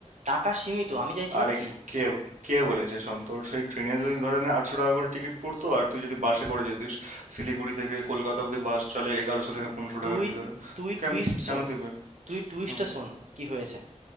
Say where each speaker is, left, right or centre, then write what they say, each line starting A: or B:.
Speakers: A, on the right; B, on the right.
A: টাকা সীমিত আমি চাইছিলাম
B: আরে
A: কি
B: কে কে বলেছে শোন তোর সেই ট্রেনে যদি ধরে নে আটশো টাকা করে টিকিট পড়তো আর তুই যদি বাসে করে যেতিস শিলিগুড়ি থেকে কলকাতা অবধি বাস চলে এগারোশো
A: তু-
B: থেকে পনেরোশো
A: তুই
B: টাকার ভিতরে
A: তুই
B: তো কেন
A: টুইস্ট
B: কেন
A: শোন
B: তুই বে-
A: তুই টুইস্টটা
B: হুম
A: শোন কি হয়েছে